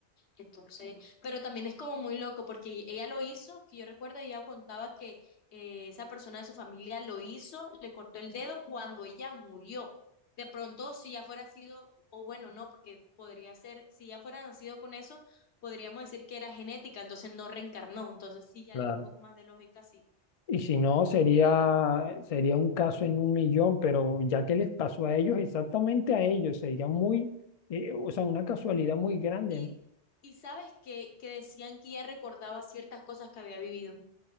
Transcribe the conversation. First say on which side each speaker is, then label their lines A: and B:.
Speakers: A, on the left (about 75°); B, on the left (about 50°).
A: Entonces, pero también es como muy loco porque ella lo hizo, que yo recuerdo, ella contaba que eh, esa persona de su familia lo hizo, le cortó el dedo cuando ella murió. De pronto, si ya fuera sido, o bueno, no, porque podría ser, si ya fuera nacido con eso, podríamos decir que era genética, entonces no reencarnó. Entonces sí, ya
B: Claro.
A: le veo un poco más de lógica, sí,
B: Y
A: eh,
B: si no,
A: con
B: sería,
A: que le haya cortado.
B: sería un caso en un millón, pero ya que les pasó a ellos, exactamente a ellos, sería muy, eh, o sea, una casualidad muy grande,
A: Y,
B: ¿no?
A: y sabes que, que decían que ella recordaba ciertas cosas que había vivido.